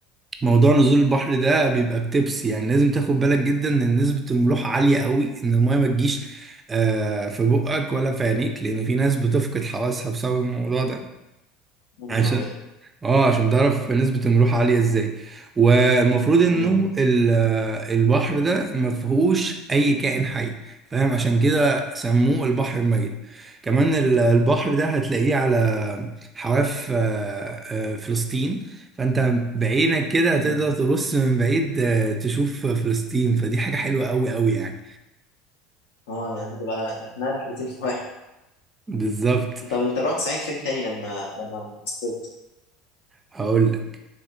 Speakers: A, on the right; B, on the left.
A: موضوع نزول البحر ده بيبقى بتبس يعني لازم تاخد بالك جدا ان نسبة الملوحة عالية قوي ان المية ما تجيش آه، في بقك ولا في عينيك لان في ناس بتفقد حواسها بسبب الموضوع ده
B: يا نهار
A: عشان
B: ابيض
A: اه عشان تعرف نسبة الملوحة عالية ازاي والمفروض انه
B: مم.
A: ال- البحر ده ما فيهوش اي كائن حي فاهم عشان كده سموه البحر الميت كمان ال- البحر ده هتلاقيه على حواف آه، آه، فلسطين فانت بعينك كده هتقدر
B: مم.
A: تبص من بعيد آه، تشوف فلسطين فدي حاجة حلوة قوي قوي يعني
B: اه هتبقى اكنها رحلتين في واحد
A: بالظبط
B: طب انت رحت صحيح فين تاني لما لما سافرت؟
A: هقول لك